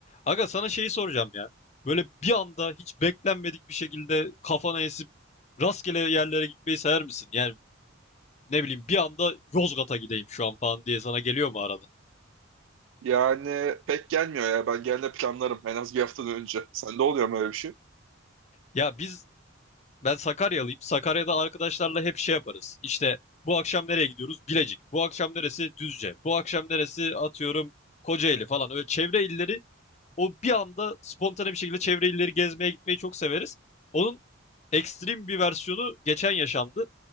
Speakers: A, on the left; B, on the right.
A: Aga sana şeyi soracağım ya. Böyle bir anda hiç beklenmedik bir şekilde kafana esip rastgele yerlere gitmeyi sever misin? Yani ne bileyim bir anda Yozgat'a gideyim şu an falan diye sana geliyor mu arada?
B: Yani pek gelmiyor ya. Ben gelme planlarım en az bir haftadan önce. Sende oluyor mu öyle bir şey?
A: Ya biz ben Sakaryalıyım. Sakarya'da arkadaşlarla hep şey yaparız. İşte bu akşam nereye gidiyoruz? Bilecik. Bu akşam neresi? Düzce. Bu akşam neresi? Atıyorum Kocaeli falan. Öyle çevre illeri o bir anda spontane bir şekilde çevre illeri gezmeye gitmeyi çok severiz. Onun ekstrem bir versiyonu geçen yaşandı.